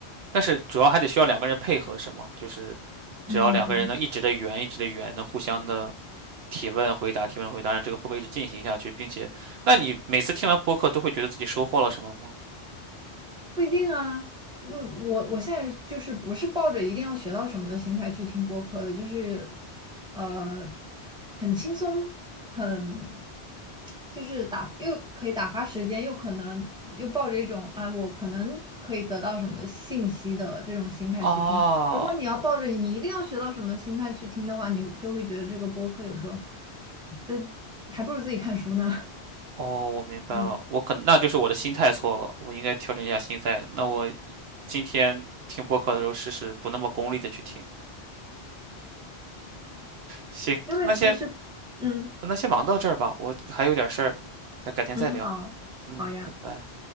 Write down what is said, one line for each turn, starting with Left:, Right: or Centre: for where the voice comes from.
Right: 但是主要还得需要两个人配合，是吗？就是
Centre: 嗯，
Right: 只要两个人能一直的圆，一直的圆，能互相的提问回答，提问回答，让这个播客一直进行下去，并且，那你每次听完播客都会觉得自己收获了什么吗？
Centre: 不一定啊，嗯，我我现在就是不是抱着一定要学到什么的心态去听播客的，就是呃，很轻松，很就是打又可以打发时间，又可能又抱着一种啊，我可能可以得到什么信息的这种心态去听。
Right: 啊，
Centre: 如果你要抱着你一定要学到什么心态去听的话，你就会觉得这个播客有时候，这还不如自己看书呢。<laughs>
Right: 哦，我明白了，
Centre: 嗯，
Right: 我可能那就是我的心态错了，我应该调整一下心态。那我今天听播客的时候试试不那么功利的去听。行，
Centre: 因为其实，
Right: 那先
Centre: 嗯
Right: 那先忙到这儿吧，我还有点事儿，咱改天再聊。
Centre: 嗯，好，
Right: 嗯，
Centre: 好呀。
Right: 拜拜。